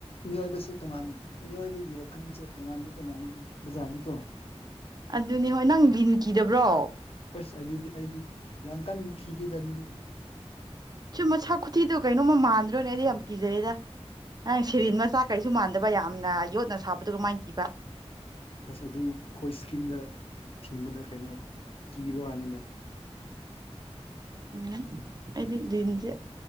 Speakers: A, on the left; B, on the right.
A: ꯃꯤꯑꯣꯏꯕꯁꯦ ꯇꯣꯉꯥꯟ ꯃꯤꯑꯣꯏꯕꯒꯤ ꯋꯥꯈꯜꯁꯦ ꯇꯣꯉꯥꯟꯗꯤ ꯇꯣꯉꯥꯟ ꯕꯖꯥꯔꯅꯤꯀꯣ
B: ꯑꯗꯨꯅꯤ ꯍꯣꯏ ꯅꯪ ꯂꯤꯟ ꯀꯤꯗꯕ꯭ꯔꯣ
A: ꯑꯁ ꯑꯗꯨꯗꯤ ꯑꯩꯗꯤ ꯌꯥꯝ ꯀꯟꯅ ꯀꯈꯤꯗꯦꯗ ꯑꯗꯨꯗꯤ
B: ꯁꯤ ꯃꯁꯥ ꯈꯨꯊꯤꯗꯣ ꯀꯩꯅꯣꯃ ꯃꯥꯟꯗ꯭ꯔꯣꯅꯦ ꯑꯩꯗꯤ ꯌꯥꯝ ꯀꯤꯖꯩꯗ ꯅꯪ ꯁꯤꯔꯤꯟ ꯃꯆꯥ ꯀꯩꯁꯨ ꯃꯥꯟꯗꯕ ꯌꯥꯝꯅ ꯌꯣꯠꯅ ꯁꯥꯕꯗꯨꯒ ꯀꯥꯃꯏ ꯀꯤꯕ
A: <unintelligible> ꯑꯗꯨꯝ ꯑꯩꯈꯣꯏ ꯏꯁ꯭ꯀꯤꯟꯗ ꯊꯤꯟꯕꯗ ꯀꯩꯅꯣ ꯀꯤꯕ ꯋꯥꯅꯤꯗ
B: ꯎꯝ ꯑꯩꯗꯤ ꯂꯟꯖꯦ